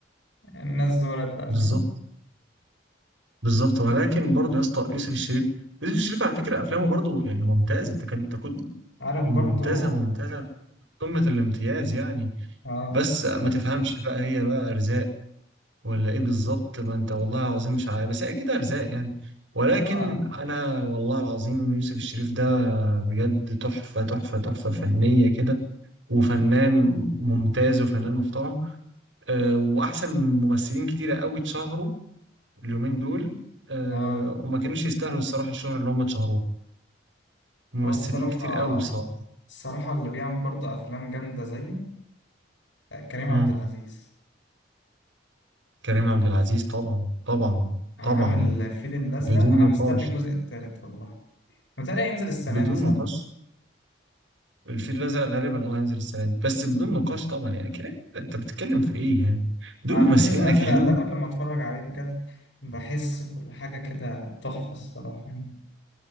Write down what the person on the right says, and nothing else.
بالظبط
بالظبط ولكن برضو يا اسطى يوسف الشريف يوسف الشريف على فكره افلامه برضو يعني ممتازه تكاد تكون
ممتازه
ممتازه في قمه الامتياز يعني
بس ما تفهمش بقى هي بقى ارزاق ولا ايه بالظبط ما انت والله العظيم مش عارف بس هي كده ارزاق يعني ولكن
انا والله العظيم يوسف الشريف ده بجد تحفه تحفه تحفه فنيه كده وفنان ممتاز وفنان محترم أه واحسن من ممثلين كتيره قوي اتشهروا اليومين دول أه
وما كانوش يستاهلوا الصراحه الشهره اللي هم اتشهروها ممثلين
كتير قوي بصراحه
مم.
كريم عبد العزيز طبعا طبعا
طبعا
بدون
نقاش
بدون
نقاش الفيل الأزرق غالبا اه هينزل السنة دي بس بدون نقاش طبعا يعني كده انت بتتكلم في ايه يعني دول
ممثلين
ناجحين